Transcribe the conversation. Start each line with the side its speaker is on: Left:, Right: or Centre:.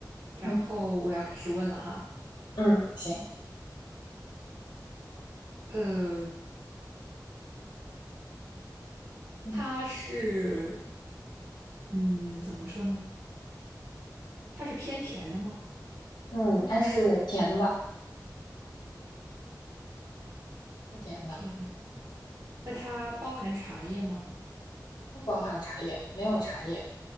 Right: 然后我要开始问了哈。
Left: 嗯嗯，行，
Right: 呃，
Left: 嗯
Right: 它是，嗯，怎么说呢？它是偏甜的吗？
Left: 嗯，它是甜的，是甜的。
Right: 甜。那它包含茶叶吗？
Left: 不包含茶叶，没有茶叶。